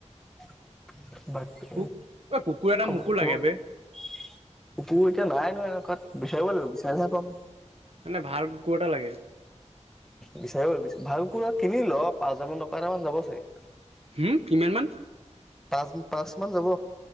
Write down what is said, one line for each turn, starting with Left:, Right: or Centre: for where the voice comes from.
Centre: <inaudible> বাকী,
Right: কুক অ কুকুৰ এটা
Centre: খবৰ-খবৰ
Right: মোকো লাগে বে
Centre: <unintelligible> এতিয়া নাই নো এনেকুৱাত বিচাৰিব লাগিব বিচাৰিলেহে পাম।
Right: মানে ভাল কুকুৰ এটা লাগে।
Centre: বিচাৰি ব লাগিব ভাল কুকুৰ কিনি ল পাঁচ হাজাৰ মান টকা এটা মান যাব চাগে।
Right: হম কিমান মান।
Centre: পাঁচ পাঁচ মান যাব।